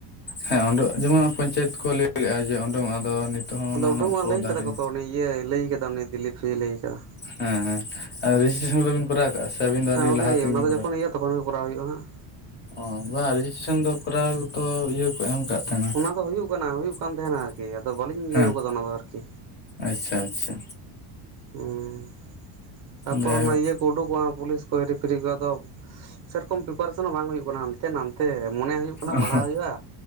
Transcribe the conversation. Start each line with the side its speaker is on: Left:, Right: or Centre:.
Left: ᱦᱮᱸ ᱳᱰᱳᱠ ᱡᱮᱢᱚᱱ ᱯᱚᱧᱪᱟᱭᱮᱛ ᱠᱚ ᱞᱟᱹᱭ ᱞᱮᱫᱼᱟ ᱡᱮ ᱳᱰᱳᱠᱚᱜ ᱟ ᱟᱫᱚ <unintelligible> ᱦᱚᱸ
Right: ᱟᱫᱚ
Left: ᱚᱱᱟ ᱨᱮᱱᱟᱜ
Right: ᱩᱰᱩᱝᱚᱜᱼᱟ
Left: ᱠᱷᱚᱵᱚᱨ
Right: ᱞᱟᱹᱭ
Left: ᱫᱚ
Right: ᱠᱟᱫᱟ
Left: ᱟᱹᱣᱨᱤ
Right: ᱠᱚ ᱛᱚ ᱩᱱᱤ ᱤᱭᱟᱹᱭ ᱞᱟᱹᱭ ᱟᱠᱟᱫᱟ ᱩᱱᱤ ᱫᱤᱞᱤᱯ ᱞᱟᱹᱭ ᱟᱠᱟᱫᱟ᱾
Left: ᱦᱮᱸ ᱦᱮᱸ ᱨᱮᱡᱤᱥᱴᱨᱮᱥᱚᱱ ᱠᱚᱫᱚᱵᱤᱱ ᱠᱚᱨᱟᱣ ᱠᱟᱜᱼᱟ ᱥᱮ ᱟᱹᱵᱤᱱ ᱫᱚ ᱟᱹᱰᱤ
Right: ᱟᱹᱣᱨᱤ
Left: ᱞᱟᱦᱟ ᱛᱮᱜᱮᱵᱤᱱ
Right: ᱚᱱᱟ ᱫᱚ
Left: ᱠᱚᱨᱟᱣ
Right: ᱡᱚᱠᱷᱚᱱ ᱤᱭᱟᱹ ᱛᱚᱠᱷᱚᱱ ᱜᱮ ᱠᱚᱨᱟᱣ ᱦᱩᱭᱩᱜᱼᱟ ᱦᱟᱸᱜ᱾
Left: ᱚ ᱵᱟᱝ ᱨᱮᱡᱤᱥᱴᱨᱮᱥᱚᱱ ᱫᱚ ᱠᱚᱨᱟᱣ ᱛᱚ ᱤᱭᱟᱹ ᱠᱚ ᱮᱢ ᱠᱟᱜ ᱛᱟᱦᱮᱱᱟ
Right: ᱚᱱᱟ ᱫᱚ ᱦᱩᱭᱩᱜ ᱠᱟᱱᱟ ᱦᱩᱭᱩᱜ ᱠᱟᱱ
Left: <inaudible>
Right: ᱛᱟᱦᱮᱱᱟ ᱟᱨᱠᱤ ᱟᱫᱚ ᱵᱟᱹᱞᱤᱧ ᱤᱭᱟᱹᱣ
Left: ᱦᱮᱸ,
Right: ᱠᱟᱫᱟ ᱚᱱᱟ ᱫᱚ ᱟᱨᱠᱤ
Left: ᱟᱪᱪᱷᱟ ᱟᱪᱪᱷᱟ
Right: ᱦᱩᱸ ᱛᱟᱯᱚᱨ
Left: ᱡᱟᱭᱦᱳᱠ
Right: ᱚᱱᱟ ᱤᱭᱟᱹ ᱠᱚ ᱩᱰᱩᱠᱚᱜ ᱯᱩᱞᱤᱥ ᱦᱮᱨᱤ ᱯᱷᱮᱨᱤ ᱠᱚ ᱟᱫᱚ ᱥᱮᱨᱚᱠᱚᱢ ᱯᱨᱤᱯᱟᱨᱮᱥᱚᱱ ᱦᱚᱸ ᱵᱟᱝ ᱦᱩᱭᱩᱜ ᱠᱟᱱᱟ᱾ ᱦᱟᱱᱛᱮ ᱱᱟᱛᱮ ᱢᱚᱱᱮ ᱦᱩᱭᱩᱜ ᱠᱟᱱᱟ
Left: ᱚ
Right: ᱯᱟᱲᱦᱟᱜ ᱦᱩᱭᱩᱜᱼᱟ᱾